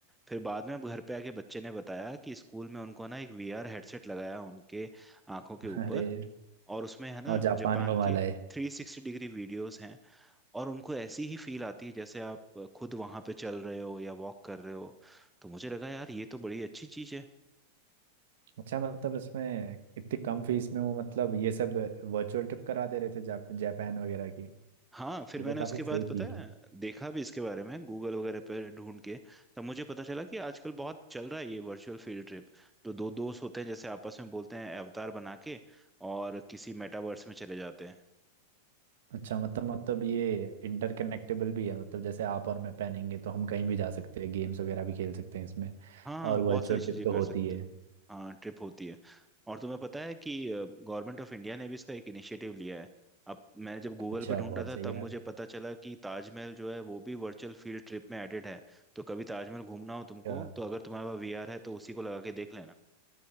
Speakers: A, in the centre; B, on the right (about 70°).
A: फिर बाद में अब घर पे आके बच्चे ने बताया कि स्कूल में उनको ना एक वीआर हेडसेट लगाया उनके आंखों के ऊपर
B: अरे
A: और उसमें है ना
B: और जापान
A: जापान
B: घुमा
A: के
B: लाए
A: थ्री सिक्सटी डिग्री वीडियोस हैं और उनको ऐसी ही फील आती है जैसे आप खुद वहां पे चल रहे हो या वॉक कर रहे हो तो मुझे लगा यार ये तो बड़ी अच्छी चीज है
B: अच्छा मतलब इसमें इतनी कम फीस में वो मतलब ये सब वर्चुअल ट्रिप करा दे रहे थे जाप, जापान वगैरह की ये
A: हाँ फिर मैंने
B: तो काफ़ी
A: उसके
B: सही
A: बाद
B: चीज़
A: पता है
B: है
A: देखा भी इसके बारे में गूगल वगैरह पर ढूंढ के तब मुझे पता चला कि आजकल बहुत चल रहा है ये वर्चुअल फील्ड ट्रिप तो दो दोस्त होते हैं जैसे आपस में बोलते हैं अवतार बना के और किसी मेटावर्स में चले जाते हैं
B: अच्छा मतलब मतलब ये इंटरकनेक्टेबल भी है मतलब जैसे आप और मैं पहनेंगे तो हम कहीं भी जा सकते हैं गेम्स वगैरह भी खेल सकते हैं इसमें
A: हाँ
B: और
A: हाँ
B: वर्चुअल
A: बहुत सारी चीजें
B: ट्रिप तो
A: कर
B: होती
A: सकते
B: है
A: हो हाँ ट्रिप होती है और तुम्हें पता है कि गवर्नमेंट ऑफ इंडिया ने भी इसका एक इनिशिएटिव लिया है अब मैं जब गूगल
B: अच्छा
A: पे ढूंढ
B: बहुत
A: रहा था
B: सही
A: तब
B: यार
A: मुझे पता चला कि ताजमहल जो है वो भी वर्चुअल फील्ड ट्रिप में एडेड है तो कभी ताजमहल घूमना हो तुमको
B: अ,
A: तो अगर तुम्हारे पास वीआर है तो उसी को लगा के देख लेना